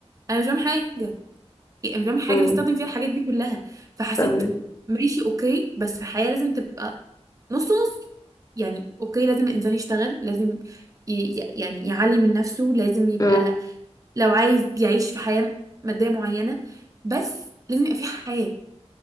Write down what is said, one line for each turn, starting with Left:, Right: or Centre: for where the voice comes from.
Right: انا مش بعمل حاجه يعني مش بعمل حاجه
Left: مم.
Right: اللي استخدم فيها الحاجات دي كلها فحسيت
Left: فاهمة.
Right: ماشي اوكي بس الحياه لازم تبقى نص نص يعني اوكي لازم الانسان يشتغل لازم ي... ي- يعني يعلي من نفسه لازم يبقى
Left: مم.
Right: لو عايز يعيش في حياه ماديه معينه بس لازم يبقى في حياه